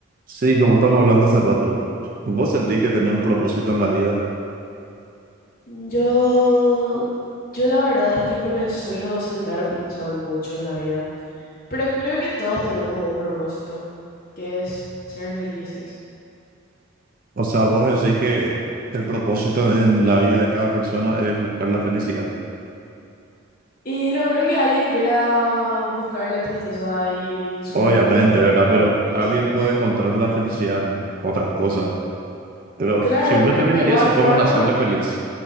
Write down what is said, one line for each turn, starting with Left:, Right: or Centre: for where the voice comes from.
Right: Sí, como estamos hablando hace rato, vos sentís que tenés un propósito en la vida.
Left: Yo, yo la verdad es que no me suelo sentar a pensar mucho en la vida, pero creo que todos tenemos un propósito, que es ser felices.
Right: O sea, vos decís que el propósito en la vida de cada persona es buscar la felicidad.
Left: Y no creo que alguien quiera buscar la tristeza y el sufrimiento
Right: Obviamente,
Left: todos
Right: ¿verdad?
Left: los días.
Right: Pero
Left: Entonces,
Right: alguien puede encontrar la felicidad en otras cosas. Pero
Left: claro,
Right: siempre
Left: pero
Right: terminaría,
Left: de igual
Right: supongo,
Left: forma,
Right: en hacerle feliz.